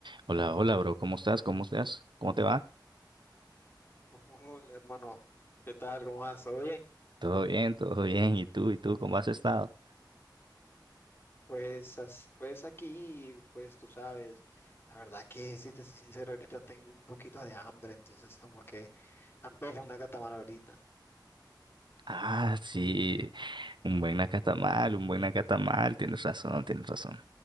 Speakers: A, on the right; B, on the left.
A: Hola, hola, bro. ¿Cómo estás? ¿Cómo estás? ¿Cómo te va?
B: Hola, hermano, ¿qué tal? ¿Cómo vas? Oye,
A: Todo bien, todo bien. ¿Y tú? ¿Y tú? ¿Cómo has estado?
B: pues, as- pues aquí, pues tú sabes, la verdad que si te soy sincero, ahorita tengo un poquito de hambre, entonces como que antojo una catamara ahorita.
A: Ah, sí. Un buen nacatamal, un buen nacatamal. Tienes razón, tienes razón.